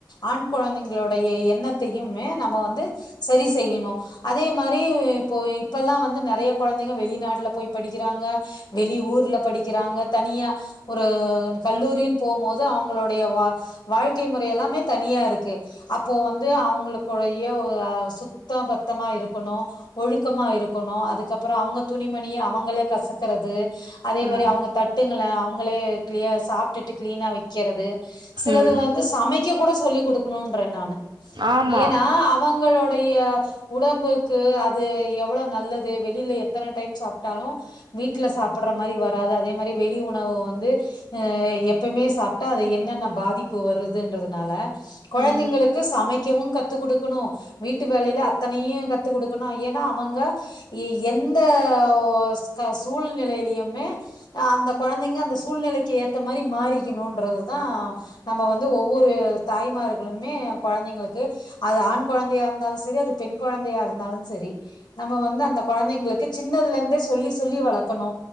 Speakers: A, on the left; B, on the right.
A: ஆண் கொழந்தைங்களுடைய எண்ணத்தையுமே நம்ம வந்து சரி செய்யணு அதே மாரி இப்போ இப்பெல்லா வந்து நெறைய கொழந்தைங்க வெளிநாட்ல போய் படிக்கிறாங்க வெளி ஊர்ல படிக்கிறாங்க தனியா ஒரு கல்லூரின்னு போம்மோது அவங்களுடைய வா வாழ்க்கை முறை எல்லாமே தனியா இருக்கு அப்போ வந்து அவங்களுக்குடையே அ சுத்த பத்தமா இருக்கணு ஒழுக்கமா இருக்கணு அதுக்கப்புறோ அவங்க துணிமணி அவங்களே கசக்கறது அதே
B: ம்
A: மாரி அவங்க தட்டுங்கள அவங்களே கிளிய சாப்ட்டுட்டு கிளீனா வக்கிறது சிலது
B: ம்
A: வந்து சமைக்கக் கூட சொல்லிக் கொடுக்கணுன்றே நானு
B: ஆமா
A: ஏன்னா அவங்களோ டைய உடம்புக்கு அத் து எவ்ள நல்லது வெளில எத்தன டைம் சாப்ட்டாலு வீட்ல சாப் படுற மாரி வராது அதே மாரி வெளி ஒன் உணவு வந்து அ எப்பவுமே சாப்ட்டா அது என்னென்ன பாதிப்பு வருதுன்றதுனால குழந்தைங்களுக்கு
B: ம்
A: சமைக்கவு கத்துக்குடுக்கணு வீட்டு வேலையில அத்தனையு கத்து கொடுத் கனு ஏன்னா அவங்க எ எந்த ஒ க சூழ்நிலையிலயுமே அ அந்த கொழந்தைங்க அந்த சூழ்நிலைக் ஏத்த மாரி மாறிக்கணுன்றதுதா நம்ம வந்து ஒவ்வொரு தாய்மார்களுமே கொழந் தைங்களுக்கு அது ஆண் கொழந்தையா இருந்தாலு சரி அது பெண் குழந்தையா இருந்தாலு சரி நம்ம வந்து அந்த குழந்தைங்களுக்கு சின்னதுல இருந்தே சொல்லி சொல்லி வளக்கணு